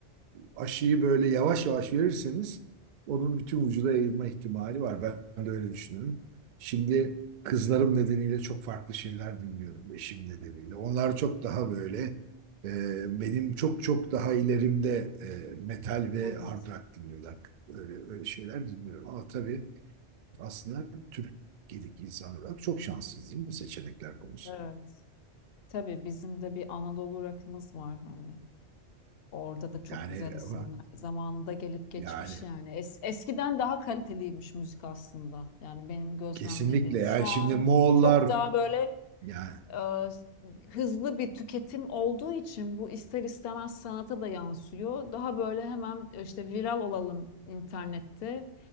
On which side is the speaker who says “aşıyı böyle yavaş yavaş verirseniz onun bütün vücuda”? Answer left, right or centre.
Right